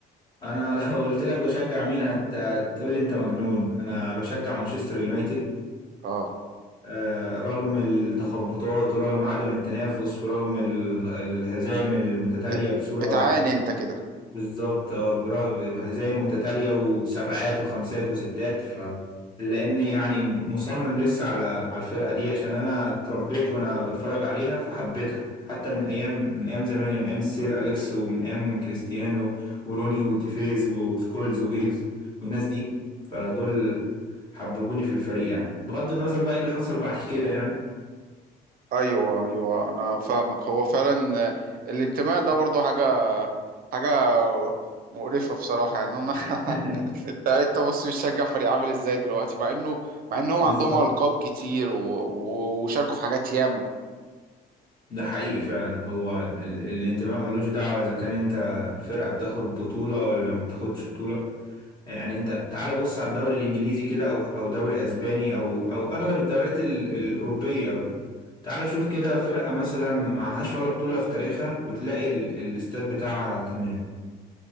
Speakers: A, on the left (about 25°); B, on the right (about 60°).
A: أنا <laughs> لو قلت لك بشجع مين هت- هتقول لي أنت مجنون أنا بشجع مانشستر يونايتد
B: اه
A: آه، رغم التخبطات ورغم عدم التنافس ورغم ال- الهزائم المتتالية
B: بت...
A: بصورة
B: بتعاني انت كده
A: بالظبط اه برا- هزايم متتالية وبسبعات وخمسات وستات ف لاني يعني مصمم لسه على على الفرقة دي عشان انا اتربيت وانا بتفرج عليها فحبيتها حتى من ايام من ايام زمان يعني من ايام السير اليكس ومن ايام كريستيانو وروني وتيفيز وسكولز وجيجز والناس دي فدول حببوني في الفريق يعني بغض النظر بقى ايه اللي حصل بعد كده يعني
B: ايوه ايوه انا فاهمك هو فعلا آه، الانتماء ده برضو حاجه حاجه مقرفه بصراحه يعني انا <laughs>
A: <laughs>
B: يعني انت بص بتشجع فريق عامل ازاي دلوقتي مع انه مع انهم
A: بالظبط
B: عندهم القاب كتير و... و... وشاركوا في حاجات ياما
A: ده حقيقي فعلا هو ال- ال- الانتماء ملوش دعوة إذا كان أنت فرقة بتاخد بطولة ولا ما بتاخدش بطولة يعني أنت تعال بص على الدوري الإنجليزي كده أو أو دوري أسباني أو أو أغلب الدوريات ال- الأوروبية تعال شوف كده فرقة مثلا معهاش ولا بطولة في تاريخها وتلاقي ال- الاستاد بتاعها تمام